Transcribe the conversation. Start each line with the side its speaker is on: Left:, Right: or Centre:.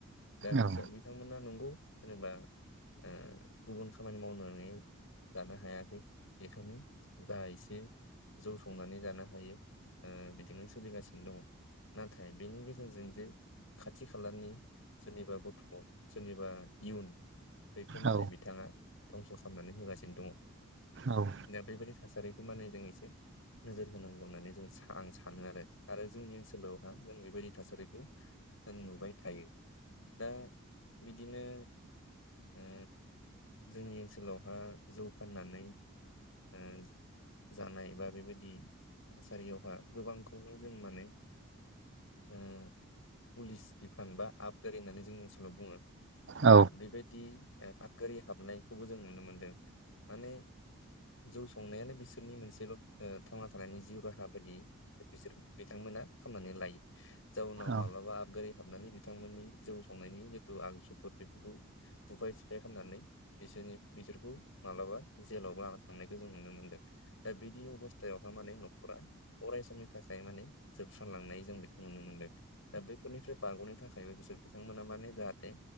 Left: दा बिसोर
Right: औ
Left: बिथांमोना नंगौ जेनेबा ओ गुबुन खामानि मावनानै जानो हायाखै बेखायनो जा एसे जौ संनानै जानो हायो ओ बिदिनो सोलिगासिनो दङ नाथाय बेनि गेजेरजों जे खाथि खालानि सोरनिबा गथ' सोरनिबा इयुन बेखौ माने
Right: औ
Left: बिथाङा धंस' खालामनानै होगासिनो दङ।
Right: औ।
Left: दा बेबायदि थासारिखौ माने जों एसे नोजोर होनांगौ होननानै जों सा आं सानो आरो-आरो जोंनि ओनसोलावहा जों बेबायदि थासारिखो नुबाय थायो। दा बिदिनो ओ जोंनि ओनसोलावहा जौ फाननानै अम जानाय बा बेबायदि थासारियावहा गोबांखौनो जों माने ओ पुलिस बिफान बा आबगारि होननानै जोंनि ओनसोलाव बुङो।
Right: औ
Left: दा बेबायदि आबगारि हाबनायखौबो जों नुनो मोनदों माने जौ संनायानो बिसोरनि मोनसेल' थांना थानायनि जिउ राहा बायदि। बिसोर बिथांमोना खामनानै लायो। जाउनाव माब्लाबा
Right: औ
Left: आबगारि हाबनानै बिथांमोननि जौ संनायनि जिथु आगसुफोर बेफोरखौ बुफाय सिफाय खामनानै बिसोरनि बिसोरखौ माब्लाबा जेलावबो लाना थांनायखौ जों नुनो मोन्दों। दा बिदि अबस्थायावहाय माने न'खरा अराय समनि थाखाय माने जोबस्रांलांनाय जों बेखौ नुनो मोनदों। दा बैफोरनिफ्राय बारग'नो थाखायबो बिसोर बिथांमोना माने जाहाथे